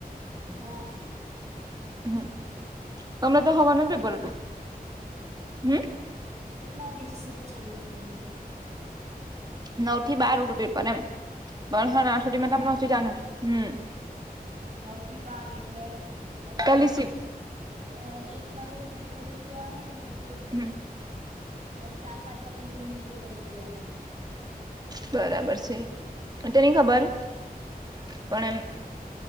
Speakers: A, on the right; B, on the right.
A: હા
B: હમ તમરે
A: તમારે
B: તો હવારનો
A: કેટલા
B: વેપારટું,
A: વાગે
B: હમ?
A: કેટલા વાગે થી સિપ ચાલુ હતી તમારી?
B: નવ થી બાર હતું વેપાર એમ પણ હારાઆઠ
A: નવ થી બાર ને
B: <unintelligible> હમ
A: નવ થી બાર એટલે પછી
B: પેલી
A: પાછું
B: શિફ્ટ
A: અ એક વાગે થી પેપર ઉઠું અહે ને તે
B: હમ
A: બ ચાર પાંચ વાગા હુદી એક પેપર ઉતું અહે
B: બરાબર છે તો નઈ ખબર પણ એમ